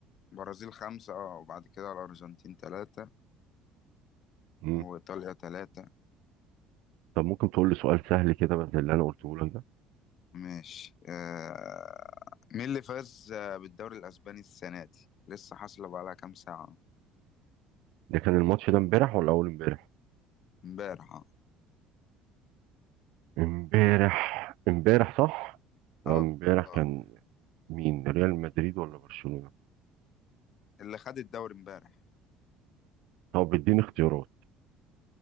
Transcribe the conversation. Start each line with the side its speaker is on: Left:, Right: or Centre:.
Left: البرازيل خمسة اه وبعد كده الأرجنتين تلاتة
Right: مم.
Left: وإيطاليا تلاتة
Right: طب ممكن تقول لي سؤال سهل كده بس زي اللي انا قلته لك ده
Left: ماشي آه. مين اللي فاز آه، بالدوري الأسباني السنة دي؟ لسه حاصلة بقالها كام ساعة
Right: ده كان الماتش ده امبارح ولا اول امبارح
Left: امبارح اه
Right: امبارح امبارح صح آه،
Left: اه
Right: امبارح كان
Left: آه.
Right: مين ريال مدريد ولا برشلونة
Left: اللي خد الدوري امبارح
Right: طب اديني اختيارات